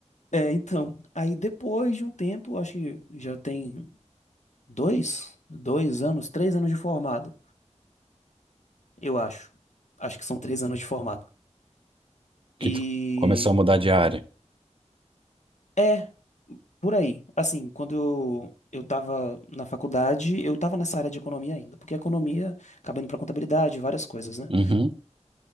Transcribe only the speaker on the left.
É, então, aí depois de um tempo, acho que já tem dois, dois anos, três anos de formado, eu acho. Acho que são três anos de formado.
E
é, por aí. Assim, quando eu, eu tava na faculdade, eu tava nessa área de economia ainda, porque economia acaba indo pra contabilidade, várias coisas, né?